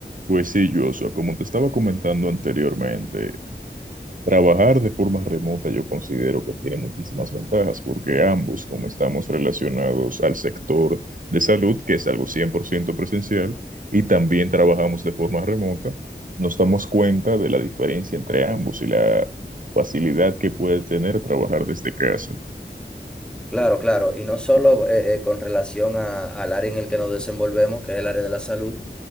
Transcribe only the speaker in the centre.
Claro, claro, y no solo eh, eh, con relación a- al área en el que nos desenvolvemos, que es el área de la salud,